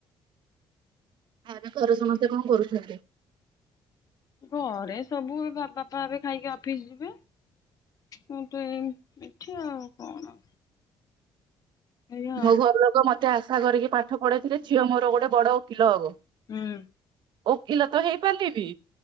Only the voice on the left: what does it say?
ଘରେ ସବୁ ଏ ବାପା, ବାପା ଏବେ ଖାଇକି ଅଫିସ ଯିବେ। ମୁଁ ତ ଏଇନେ ଏଠି ଆଉ କଣ। ଏଇଆ
ଆଉ।
ହୁଁ